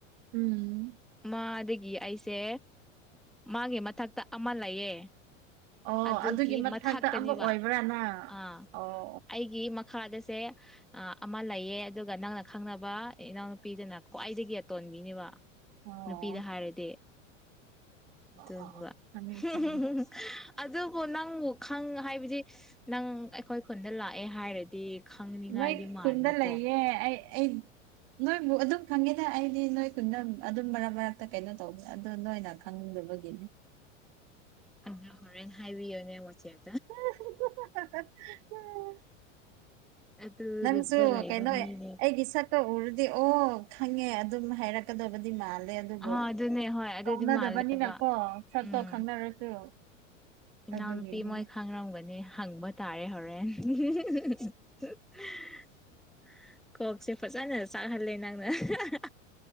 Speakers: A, on the right; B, in the centre.
A: ꯎꯝ
B: ꯃꯥꯗꯒꯤ ꯑꯩꯁꯦ ꯃꯥꯒꯤ ꯃꯊꯛꯇ ꯑꯃ ꯂꯩꯌꯦ
A: ꯑꯣ
B: ꯑꯗꯨꯒꯤ
A: ꯃꯊꯛꯇ
B: ꯃꯊꯥꯛꯇꯅꯦꯕ
A: ꯑꯃꯨꯛ ꯑꯣꯏꯕ꯭ꯔꯥ ꯅꯪ
B: ꯑ
A: ꯑꯣ
B: ꯑꯩꯒꯤ ꯃꯈ ꯈꯥꯗꯁꯦ ꯑꯥꯠꯑꯃ ꯂꯩꯌꯦ ꯑꯗꯨꯒ ꯅꯪꯅ ꯈꯪꯅꯕ ꯏꯅꯥꯎꯅꯨꯄꯤꯗꯨꯅ ꯈ꯭ꯋꯥꯏꯗꯒꯤ ꯑꯇꯣꯟꯕꯤꯅꯤꯕ
A: ꯑꯣ ꯑꯣ
B: ꯅꯨꯄꯤꯗ ꯍꯥꯏꯔꯗꯤ ꯑꯗꯨꯅꯦꯕ
A: ꯑꯣ ꯑꯣ ꯈꯪꯉꯦ
B: <unintelligible>
A: ꯈꯪꯉꯦ
B: ꯑꯗꯨ ꯗꯨꯕꯨ ꯅꯪ ꯈꯪ ꯍꯥꯏꯕꯗꯤ ꯅꯪ ꯑꯩꯈꯣꯏ ꯈꯨꯟꯗ ꯂꯥꯛꯑꯦ ꯍꯥꯏꯔꯗꯤ ꯈꯪꯅꯤꯡꯉꯥꯏꯗꯤ
A: ꯅꯣꯏ
B: ꯃꯥꯟꯕꯀꯣ
A: ꯈꯨꯟꯗ ꯂꯩꯌꯦ ꯑꯩ ꯑꯩ ꯅꯣꯏꯕꯨ ꯑꯗꯨꯝ ꯈꯪꯉꯦꯗ ꯑꯩꯗꯤ ꯅꯣꯏ ꯈꯨꯟꯗ ꯑꯗꯨꯝ ꯃꯔꯛ ꯃꯔꯛꯇ ꯀꯩꯅꯣ ꯇꯧꯕ ꯑꯗꯣ ꯅꯣꯏꯅꯗ ꯈꯪꯗꯕꯒꯤꯅꯤ
B: ꯑꯗꯣ ꯍꯣꯔꯦꯟ ꯍꯥꯏꯕꯤꯌꯣꯅꯦ ꯃꯆꯦꯝ
A: <unintelligible>
B: ꯑꯗꯨꯗ
A: ꯅꯪꯁꯨ
B: ꯂꯩꯕ
A: ꯀꯩꯅꯣ ꯑꯩꯒꯤ
B: ꯃꯤꯅꯦ
A: ꯁꯛ ꯇ ꯎꯔꯗꯤ ꯑꯣ ꯈꯪꯉꯦ ꯑꯗꯨꯝ ꯍꯥꯏꯔꯛꯀꯗꯕꯗꯤ ꯃꯥꯜꯂꯦ ꯑꯗꯨꯕꯨ
B: ꯑꯥ ꯑꯗꯨꯅꯦ ꯍꯣꯏ ꯑꯗꯨꯗꯤ
A: ꯀꯧꯅꯗꯕꯅꯤꯅꯀꯣ
B: ꯃꯥꯜꯂꯦꯕ
A: ꯁꯛꯇꯣ
B: ꯎꯝ
A: ꯈꯪꯅꯔꯁꯨ
B: ꯏꯅꯥꯎꯅꯨꯄꯤ
A: ꯑꯗꯨꯒꯤꯅꯤꯅꯦ
B: ꯃꯣꯏ ꯈꯪꯔꯝꯒꯅꯤ ꯍꯪꯕ ꯇꯥꯔꯦ ꯍꯣꯔꯦꯟ <unintelligible> <unintelligible> ꯀꯣꯛꯁꯦ ꯐꯖꯅ ꯆꯥꯛꯍꯜꯂꯦ ꯅꯪꯅ <unintelligible>